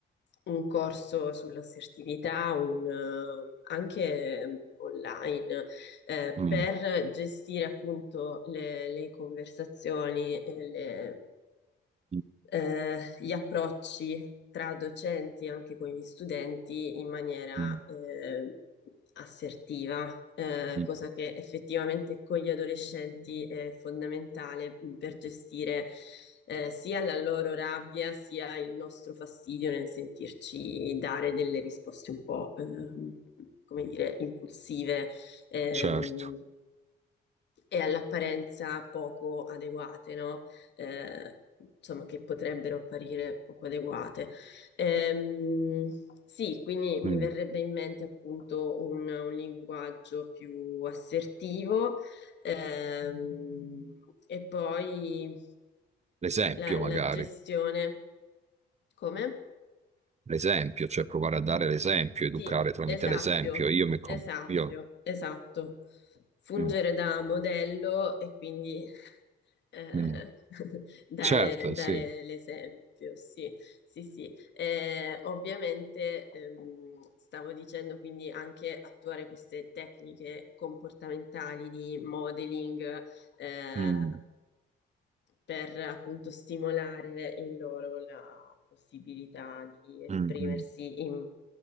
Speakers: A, on the left; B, on the right.
A: un corso sull'assertività, un, eh, anche mh, online, eh,
B: Mm,
A: per gestire appunto le, le conversazioni, e le-
B: mm,
A: eh, gli approcci tra docenti e anche con gli studenti in maniera
B: mm,
A: eh, assertiva, eh,
B: mm.
A: cosa che effettivamente con gli adolescenti è fondamentale mh, per gestire eh, sia la loro rabbia sia il nostro fastidio nel sentirci dare delle risposte un po', ehm, come dire, impulsive. ehm,
B: Certo.
A: e all'apparenza poco adeguate, no? Eh, insomma, che potrebbero apparire poco adeguate. Ehm, sì, quindi mi
B: Mm.
A: verrebbe in mente appunto un, un linguaggio più assertivo, ehm, e poi
B: L'esempio
A: la,
B: magari,
A: la gestione. Come?
B: l'esempio, cioè provare a dare l'esempio, educare
A: Sì,
B: tramite
A: esatto,
B: l'esempio. Io mi... con-
A: esatto,
B: Io...
A: esatto. Fungere
B: mm,
A: da modello e quindi eh,
B: mm.
A: <laughs> dare,
B: Certo,
A: dare
B: sì.
A: l'esempio, sì, sì, sì. Eh, ovviamente ehm, stavo dicendo quindi anche attuare queste tecniche comportamentali di modeling, eh,
B: Mm,
A: per appunto stimolare in loro la possibilità di esprimersi
B: mm, mm.
A: in,